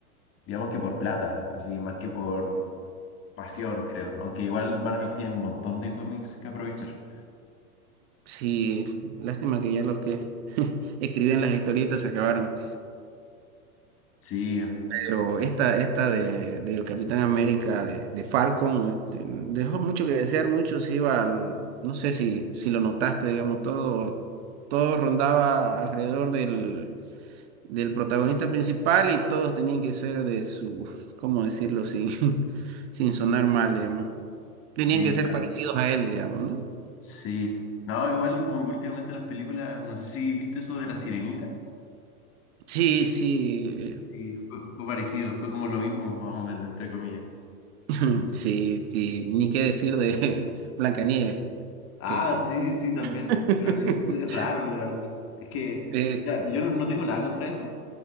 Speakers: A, on the left (about 30°); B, on the right (about 45°).
A: digamos que por plata, así más que por pasión, creo. Aunque igual Marvel tiene un montón de cómics que aprovechar.
B: Sí, lástima que ya los que escriben las historietas se acabaron.
A: Sí,
B: Pero esta, esta de, del Capitán América de, de Falcon, este, dejó mucho que desear, mucho se iba al, no sé si, si lo notaste, digamos, todo, todo rondaba alrededor del, del protagonista principal y todos tenían que ser de su, ¿cómo decirlo? Sin, <laughs> sin sonar mal, digamos. Tenían
A: sí,
B: que ser
A: claro.
B: parecidos a él, digamos, ¿no?
A: Sí. No, igual como que últimamente las películas, no sé si viste eso de La Sirenita.
B: Sí, sí,
A: Sí, fue, fue parecido, fue como lo mismo, más o menos, entre comillas.
B: <laughs> Sí, y ni qué decir de <laughs> Blancanieves,
A: Ah,
B: que
A: sí,
B: <laughs>
A: sí, también. Pero Es, es raro, la verdad. Es que
B: eh,
A: ya, yo no, no tengo nada contra eso,